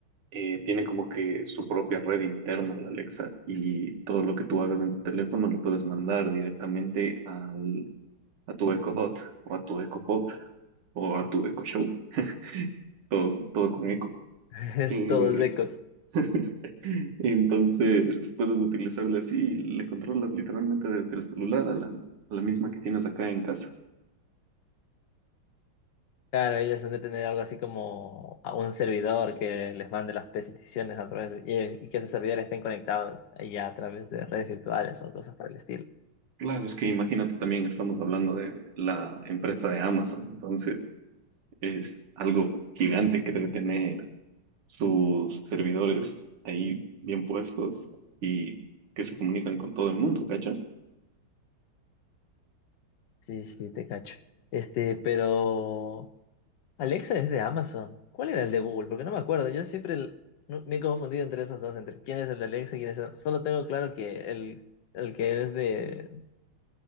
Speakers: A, on the right; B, on the left.
A: Eh, tiene como que su propia red interna la Alexa y todo lo que tú hagas en tu teléfono lo puedes mandar directamente al, a tu Echo Dot o a tu Echo Pop o a tu Echo Show, todo, todo con Echo.
B: <laughs>
A: Eh,
B: Todo es eco.
A: <laughs> entonces puedes utilizarle así y le controlas literalmente desde el celular a la, a la misma que tienes acá en casa.
B: Claro, ellos han de tener algo así como a un servidor que les mande las peticiones a través de, y, y que esos servidores estén conectados ya a través de redes virtuales o cosas por el estilo.
A: Claro, es que imagínate también, estamos hablando de la empresa de Amazon, entonces es algo gigante que debe tener sus servidores ahí bien puestos y que se comunican con todo el mundo, ¿cacha?
B: Sí, sí, te cacho. Este, pero Alexa es de Amazon. ¿Cuál era el de Google? Porque no me acuerdo. Yo siempre el- no- me he confundido entre esos dos, entre quién es el de Alexa y quién es el... Solo tengo claro que el, el que es de,